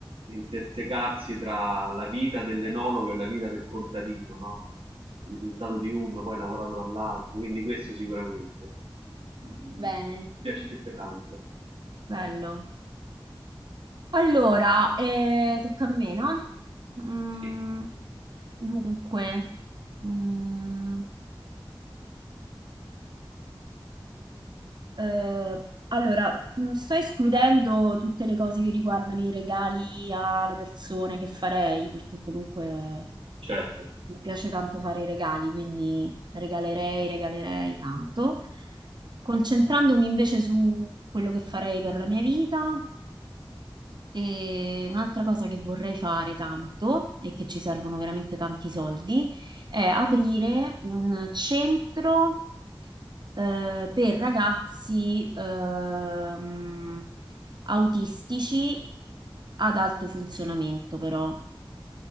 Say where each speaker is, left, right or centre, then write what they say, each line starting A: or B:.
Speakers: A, on the right; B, on the right.
A: intersecarsi tra la vita dell'enologo e la vita del contadino, no? Il risultato
B: Ah,
A: di uno poi lavorato dall'altro, quindi questo sicuramente. Mm,
B: bene,
A: Mi piacerebbe tanto.
B: bello. Allora, eh, tocca a me, no? Mm,
A: Sì,
B: dunque, mm, Eh, allora, mh, sto escludendo tutte le cose che riguardano i regali alle persone che farei, perché comunque
A: certo.
B: mi piace tanto fare i regali, quindi regalerei, regalerei tanto. Concentrandomi invece su quello che farei per la mia vita, e un'altra cosa che vorrei fare tanto e che ci servono veramente tanti soldi è aprire un centro eh, per ragazzi ehm, autistici ad alto funzionamento, però,